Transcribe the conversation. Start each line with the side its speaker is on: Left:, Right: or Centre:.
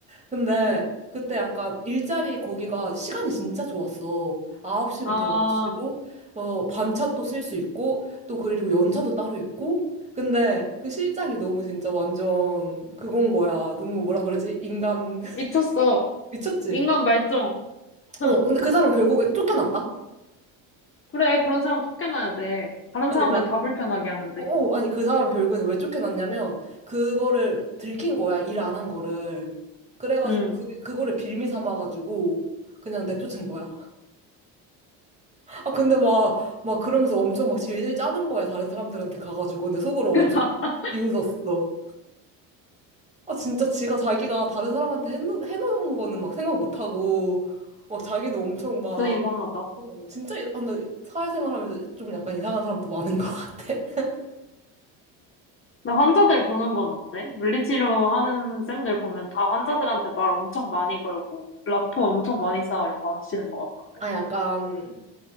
Right: 근데
Left: 음,
Right: 그때 약간 일자리 거기가 시간이 진짜 좋았어. 9시부터
Left: 아,
Right: 6시고, 어, 반차도 쓸 수 있고, 또 그리고 연차도 따로 있고. 근데 그 실장이 너무 진짜 완전 그건 거야. 너무 뭐라 그러지? 인간 <laughs>
Left: 미쳤어.
Right: 미쳤지?
Left: 인간 말종. <laughs>
Right: 어, 근데 그 사람 결국에 쫓겨났다?
Left: 그래, 그런 사람 쫓겨나야 돼. 다른
Right: 아니,
Left: 사람들
Right: 나
Left: 다 불편하게 하는데.
Right: 오, 아니 그 사람 결국에는 왜 쫓겨났냐면 그거를 들킨 거야 일 안 한 거를 그래가지고
Left: 음,
Right: 그게 그거를 빌미 삼아가지고 그냥 내쫓은 거야 <laughs> 아 근데 막 막 그러면서 엄청 막 질질 짜는 거야 다른 사람들한테 가가지고 근데 속으로
Left: <laughs>
Right: 엄청 비웃었어 아 진짜 지가 자기가 다른 사람한테 해놓, 해놓은 거는 막 생각 못하고 막 자기는 엄청 막
Left: 좀 이상하다.
Right: 어, 진짜 이- 아, 근데 사회생활하면서 좀 약간 이상한 사람도 많은 것 같아
Left: 나 환자들 보는 건 어때? 물리치료 하는 쌤들 보면 다 환자들한테 말 엄청 많이 걸고, 라포 엄청 많이 쌓으려고 하시는 것 같던데.
Right: 아 약간